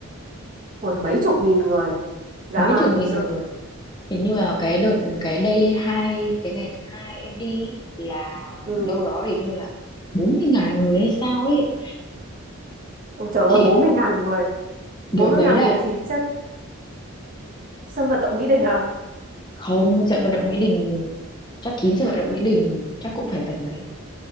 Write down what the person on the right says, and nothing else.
Ôi mấy chục nghìn người, dã
man
thực
sự.
Ừ.
Ôi trời
ơi, bốn mươi ngàn người. bốn
mươi
ngàn
người thì chắc sân vận động Mỹ Đình à?